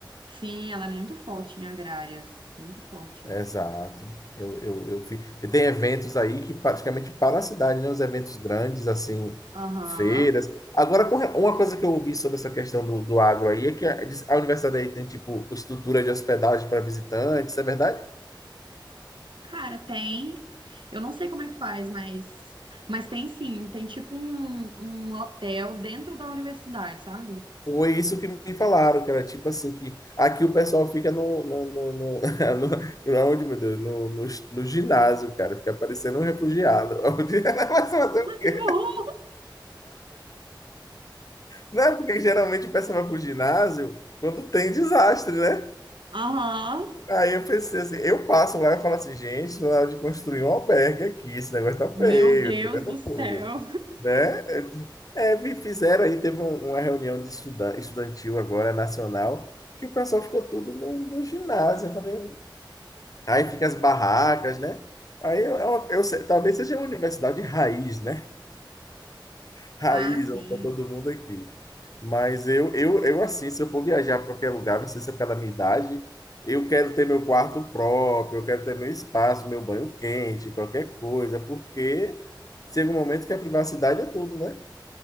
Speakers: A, on the right; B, on the left.
A: Sim, ela é muito forte em agrárias. Muito forte.
B: Exato. Eu, eu, eu vi. E tem eventos aí que praticamente para a cidade, né? Os eventos grandes, assim,
A: Aham.
B: feiras. Agora, com re- uma coisa que eu ouvi sobre essa questão do, do agro aí é que a, diz- a universidade aí tem, tipo, estrutura de hospedagem para visitantes, é verdade?
A: Cara, tem. Eu não sei como é que faz, mas, mas tem sim, tem tipo um, um hotel dentro da universidade, sabe?
B: Foi isso que me falaram, que era tipo assim, que aqui o pessoal fica no, no, no, no, <laughs> no- no- aonde, meu Deus, no, no, no ginásio, cara, fica parecendo um refugiado. <laughs> Mas, <laughs>
A: Que horror!
B: Não é porque geralmente o pessoal vai pro ginásio quando tem desastre, né?
A: Aham,
B: Aí eu pensei assim, eu passo lá e falo assim, gente, na hora de construir um albergue aqui, esse negócio tá
A: meu
B: feio,
A: Deus
B: esse negócio
A: do
B: tá
A: céu.
B: feio, né? É, me fizeram aí, teve um- uma reunião de estudan- estudantil agora, nacional, que o pessoal ficou tudo no, no ginásio, eu falei, aí fica as barracas, né? Aí eu, eu- eu sei- talvez seja uma universidade raiz, né? Raiz,
A: Ah, sim.
B: ó, pra todo mundo aqui. Mas eu, eu, eu assim, se eu for viajar para qualquer lugar, não sei se é pela minha idade, eu quero ter meu quarto próprio, eu quero ter meu espaço, meu banho quente, qualquer coisa, porque chega um momento que a privacidade é tudo, né?